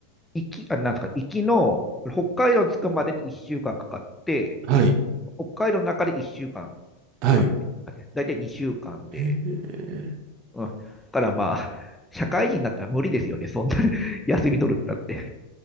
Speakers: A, in the centre; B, on the right.
A: 行き、あ、なんですか、行きの、北海道着くまでに1週間かんかかって、
B: はい、
A: 北海道の中で1週間かんかかるみたいな感じです。
B: はい。
A: だいたい2週間で、
B: ええ
A: うん。だからまあ、社会人になったら無理ですよね。そんな <laughs> 休み取るってなって。